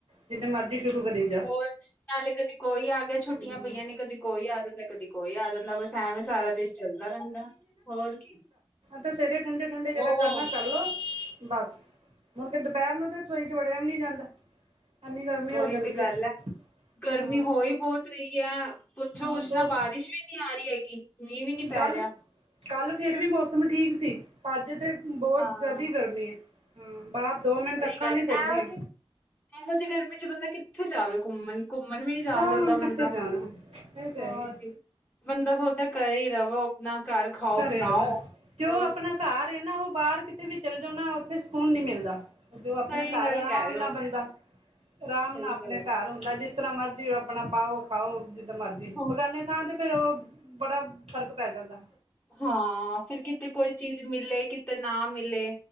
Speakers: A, on the right (about 75°); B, on the left (about 15°).
A: ਜਿੰਨੇ ਮਰਜ਼ੀ ਸ਼ੁਰੂ ਕਰੀ ਜਾ
B: ਹੋਰ ਨਾਲੇ ਕਦੇ ਕੋਈ ਆ ਗਿਆ
A: ਹੂੰ
B: ਛੁੱਟੀਆਂ ਪਈਆਂ ਨੇ ਕਦੀ ਕੋਈ ਆ ਜਾਂਦਾ। ਕਦੀ ਕੋਈ ਆ ਜਾਂਦਾ, ਬਸ ਐਵੇਂ ਸਾਰਾ ਦਿਨ ਚੱਲਦਾ ਰਹਿੰਦਾ, ਹੋਰ ਕੀ।
A: ਤੇ ਸਵੇਰੇ ਠੰਡੇ-ਠੰਡੇ ਜਿਹੜਾ
B: ਉਹ
A: ਕਰਨਾ ਕਰ ਲੋ, ਬਸ। ਹੁਣ ਤੇ ਦੁਪਹਿਰ ਨੂੰ ਤੇ ਰਸੋਈ ਚ' ਵੜਿਆ ਵੀ ਨੀ ਜਾਂਦਾ। ਇੰਨੀ ਗਰਮੀ
B: ਉਹੀ
A: ਹੋ ਜਾਂਦੀ
B: ਤੇ ਗੱਲ
A: ਹੈ
B: ਐ। ਗਰਮੀ
A: ਹਾਂ
B: ਹੋ ਹੀ ਬੋਤ ਰਹੀ ਐ, ਪੁੱਛੋ
A: ਹਾਂ
B: ਕੁਛ
A: ਬ
B: ਨਾ ਬਾਰਿਸ਼ ਵੀ ਨੀ ਆ ਰਹੀ ਹੈਗੀ ਮੀਂਹ ਵੀ ਨੀ
A: ਕੱਲ
B: ਪੈ ਰਿਹਾ।
A: ਕੱਲ ਫੇਰ ਵੀ ਮੌਸਮ ਠੀਕ ਸੀ। ਅੱਜ ਤੇ ਬੋਤ
B: ਹਾਂ,
A: ਜ਼ਾਦੀ ਗਰਮੀ ਐ। ਹੂੰ ਬਾਹਰ ਦੋ ਮਿੰਟ
B: ਸਹੀ
A: ਅੱਖਾਂ
B: ਗੱਲ
A: ਨਈ
B: ਐ।
A: ਖੁਲ ਦੀਆਂ।
B: ਇਹੋ ਜਿਹੀ ਇਹੋ ਜਿਹੀ ਗਰਮੀ ਚ' ਬੰਦਾ ਕਿੱਥੇ ਜਾਵੇ ਘੁੰਮਣ। ਘੁੰਮਨ ਵੀ ਨੀ ਜਾ
A: ਹਾਂ
B: ਸਕਦਾ ਬੰਦਾ,
A: ਕਿੱਥੇ ਜਾਣਾ ਇਹ ਤਾਂ
B: ਹੋਰ
A: ਹੈ ਹੀ ਹੈ
B: ਕਿ ਬੰਦਾ ਸੋਚਦਾ ਕਰੇ ਹੀ ਰਵੋ ਆਪਣਾ ਘਰ ਖਾਓ,
A: ਘਰੇ
B: ਬਣਾਓ।
A: ਰਵਨ ਕਿਓ
B: ਹੋਰ
A: ਆਪਣਾ ਘਰ ਐ ਨਾ ਉ ਬਾਹਰ ਕਿਤੇ ਵੀ ਚਲ ਜਾਓ ਨਾ ਉੱਥੇ ਸਕੂਨ ਨੀ ਮਿਲਦਾ। ਜੋ ਆਪਣੇ
B: ਸਹੀ
A: ਘਰ
B: ਗੱਲ
A: ਆਰਾਮ
B: ਕਹਿ ਰਹੇ ਹੋ,
A: ਨਾਲ ਬੰਦਾ। ਆਰਾਮ
B: ਸਹੀ
A: ਨਾਲ ਆਪਣੇ
B: ਗੱਲ ਹੈ।
A: ਘਰ। ਹੁੰਦਾ ਜਿਸ ਤਰਾਂ ਮਰਜ਼ੀ ਆਪਣਾ ਪਾਓ-ਖਾਓ ਜਿੱਦਾ ਮਰਜੀ
B: ਹਾਂ,
A: ਬਗਾਨੇ ਥਾਂ ਤੇ ਫੇਰ ਉਹ ਬੜਾ ਫ਼ਰਕ ਪੈ ਜਾਂਦਾ।
B: ਹਾਂ ਫੇਰ ਕਿਤੇ ਕੋਈ ਚੀਜ਼ ਮਿਲੇ ਕਿਤੇ ਤੇ ਨਾ ਮਿਲੇ